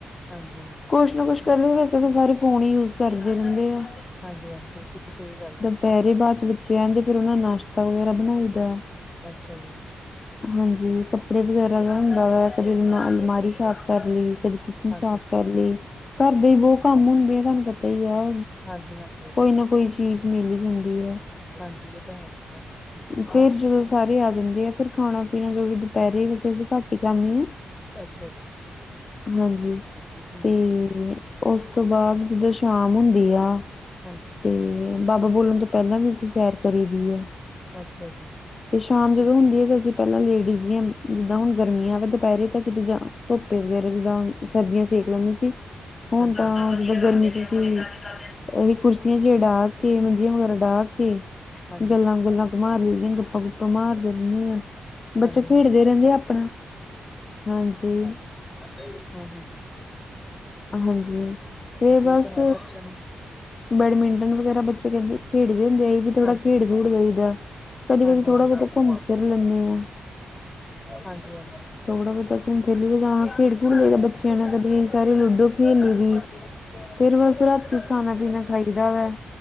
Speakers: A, on the left; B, on the left.
A: ਹਾਂਜੀ।
B: ਕੁਛ ਨਾ ਕੁਛ ਕਰ ਵੈਸੇ ਤਾਂ ਸਾਰੇ ਫੋਨ ਹੀ ਯੂਜ ਕਰਦੇ ਰਹਿੰਦੇ ਆ।
A: ਹਾਂਜੀ-ਹਾਂਜੀ ਬਿਲਕੁਲ ਸਹੀ ਗੱਲ ਹੈ।
B: ਪਹਿਰੇ ਬਾਅਦ ਚ ਬੱਚੇ ਆਹਿੰਦੇ ਫਿਰ ਉਹਨਾਂ ਦਾ ਨਾਸ਼ਤਾ ਵਗੈਰਾ ਬਣਾਈ ਦਾ।
A: ਅੱਛਾ ਜੀ।
B: ਹਾਂਜੀ ਕੱਪੜੇ ਵਗੈਰਾ ਦਾ ਹੁੰਦਾ ਵਾ, ਕਦੇ ਅਲ ਅਲਮਾਰੀ ਸਾਫ਼ ਕਰ ਲਈ, ਕਦੇ ਕਿਚਨ
A: ਹਾਂਜੀ,
B: ਸਾਫ਼
A: ਹਾਂਜੀ,
B: ਕਰ ਲਈ, ਘਰਦੇ ਹੀ ਬਹੁਤ ਕੰਮ ਹੁੰਦੇ ਆ ਤੁਹਾਨੂੰ ਪਤਾ ਹੀ ਆ।
A: ਹਾਂਜੀ-ਹਾਂਜੀ।
B: ਕੋਈ ਨਾ ਕੋਈ ਚੀਜ਼ ਮਿਲਈ ਜਾਂਦੀ ਹੈ।
A: ਹਾਂਜੀ ਇਹ ਤਾਂ ਹੈ ਹੀ ਆ।
B: ਫੇਰ ਜਦੋਂ ਸਾਰੇ ਆ ਜਾਂਦੇ ਆ ਫਿਰ ਖਾਣਾ ਪੀਣਾ ਜੋ ਵੀ ਦੁਪਹਿਰੇ ਵੈਸੇ ਅਸੀਂ ਘੱਟ ਹੀ ਖਾਂਦੇ ਹਾਂ।
A: ਅੱਛਾ ਜੀ
B: ਹਾਂਜੀ
A: ਹੂੰ ਹੂੰ
B: ਤੇ ਉਸ ਤੋਂ ਬਾਅਦ ਜਿੱਦਾਂ ਸ਼ਾਮ ਹੁੰਦੀ ਆ
A: ਹਾਂਜੀ।
B: ਤੇ ਬਾਬਾ ਬੋਲਣ ਤੋਂ ਪਹਿਲਾਂ ਵੀ ਅਸੀਂ ਸੈਰ ਕਰੀ ਦੀ ਐ।
A: ਅੱਛਾ ਜੀ
B: ਤੇ ਸ਼ਾਮ
A: ਠੀਕ
B: ਜਦੋਂ ਹੁੰਦੀ
A: ਹੈ
B: ਆ ਤੇ ਅਸੀਂ ਪਹਿਲਾਂ ਲੇਡੀਜ਼ ਜੀਆਂ ਜਿੱਦਾਂ ਹੁਣ ਗਰਮੀਆਂ ਵੇ ਦੁਪਹਿਰੇ ਤਾਂ ਕਿਤੇ ਜਾਂ ਧੋੱਪੇ ਵਗੈਰਾ ਜਿੱਦਾਂ ਸਰਦੀਆਂ ਸੇਕ ਲਾਉਣੇ ਸੀ, ਹੁਣ
A: ਹਾਂਜੀ
B: ਤਾਂ
A: ਹਾਂਜੀ
B: ਜਦੋਂ ਗਰਮੀ ਚ ਸੀ। ਕੁਰਸੀਆਂ ਚ ਡਾਹ ਕੇ ਮੰਜੀਆਂ ਵਗੈਰਾ ਡਾਹ ਕੇ,
A: ਹਾਂਜੀ
B: ਗੱਲਾਂ ਗੱਲਾਂ ਘੁੰਮਾ ਲਈਦੀਆਂ ਗੱਪਾਂ ਗੁੱਪਾ ਆਪਾਂ ਮਾਰਦੇ ਰਹਿੰਦੇ ਹਾਂ। ਬੱਚੇ
A: ਹਾਂਜੀ ਹਾਂਜੀ
B: ਖੇਡਦੇ
A: ਹਾਂਜੀ
B: ਰਹਿੰਦੇ ਆ ਆਪਣਾ ਹਾਂਜੀ।
A: ਹਾਂ-ਹਾਂ-ਹਾਂ।
B: ਹਾਂਜੀ ਫਿਰ ਬਸ
A: ਇਹ ਤਾਂ ਹੈ ਬੱਚਿਆਂ ਨੂੰ
B: ਬੈਡਮਿੰਟਨ ਵਗੈਰਾ ਬੱਚੇ ਕਹਿੰਦੇ ਖੇਡਦੇ ਹੁੰਦੇ ਐ। ਅਸੀਂ ਵੀ ਥੋੜਾ
A: ਹਾਂਜੀ
B: ਖੇਡ ਖੂਡ ਲਈ ਦਾ। ਕਦੀ-ਕਦੀ
A: ਹਾਂਜੀ
B: ਥੋੜ੍ਹਾ
A: ਹਾਂਜੀ
B: ਬਹੁਤਾ ਘੁੰਮ ਫਿਰ ਲੈਂਦੇ ਹਾਂ।
A: ਹਾਂਜੀ- ਹਾਂਜੀ।
B: ਥੋੜ੍ਹਾ ਬਹੁਤਾ ਘੁੰਮ ਫਿਰ ਲਈ ਜਾਂ ਹੁਣ ਖੇਡ-ਖੁਡ ਲਈਦਾ ਬੱਚਿਆਂ ਨੇ ਕਦੇ ਸਾਰੇ ਲੂਡੋ ਖੇਲ ਲਈ ਦੀ ਫਿਰ ਬਸ ਰਾਤੀ ਖਾਣਾ-ਪੀਣਾ ਖਾਈਦਾ ਵੈ।